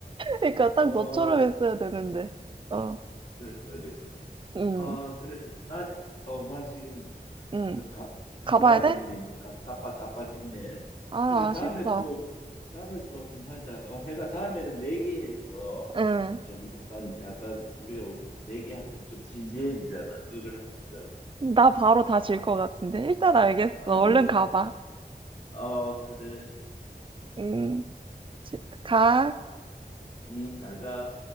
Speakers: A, on the right; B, on the left.
A: 그러니까
B: 어,
A: 딱 너처럼 했어야 되는데. 어.
B: 그래 말이야.
A: 응.
B: 어, 그래. 나, 어, 나 지금
A: 응.
B: 좀 가, 가봐야
A: 가봐야 돼?
B: 되는데 있는데 깜- 깜빡깜빡했네.
A: 아,
B: 그래, 다음에
A: 아쉽다.
B: 또, 다음에 또 한번 하자. 어, 해가 다음에는 내기해서
A: 응.
B: 좀 약간, 약간 우리가 내기하면 좀 진지해지잖아. 그걸 한번 하자고.
A: 나 바로 다 질 것 같은데. 일단 알겠어.
B: 아니,
A: 얼른 가봐.
B: 어, 그래.
A: 응. 지- 가.
B: 음, 잘 가.